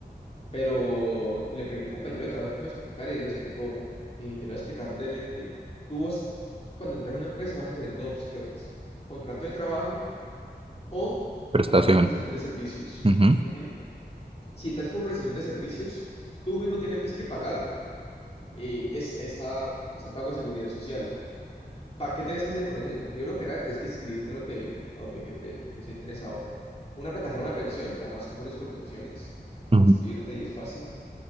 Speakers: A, on the left; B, on the right.
A: pero le pregunté a un compañero de trabajo que me explicara y él me explicó, eh, te lo voy a explicar brevemente. Tú vas- cuando entras a una empresa vas a tener dos opciones, contrato de trabajo o
B: Prestación.
A: contrato de prestación de servicios.
B: Ujú,
A: Ujú. Si entras como prestación de servicios, tú mismo tienes que pagar eh, es, esta, este pago de seguridad social. ¿Para qué tienes que hacer el proceso? Primero que nada, tienes que inscribirte a lo que, a donde que te te esté interesado. Una plataforma de pensión, la más común es Colpensiones.
B: ujú,
A: Inscribirte ahí es fácil.